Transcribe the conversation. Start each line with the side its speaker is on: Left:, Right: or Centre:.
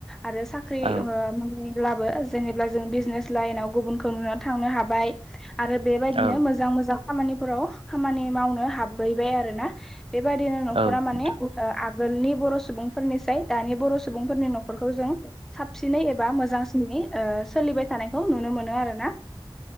Centre: आरो साख्रि
Right: औ
Centre: ओम ब्लाबो जेनेब्ला जों बिजनेस लाइनव गुबुनखौ नुना थांनो हाबाय। आरो बेबायदिनो
Right: औ
Centre: मोजां मोजां खामानिफोराव खामानि मावनो हाबयैबाय आरो ना। बेबायदिनो न'खरा
Right: औ
Centre: माने
Right: नोंथां
Centre: ओ आ गोलनि बर' सुबुंफोरनिसाय दानि बर' सुबुंफोरनि न'खरखौ जों साबसिनै एबा मोजांसिनै ओ सोलिबाय थानायखौ नुनो मोनो आरोना।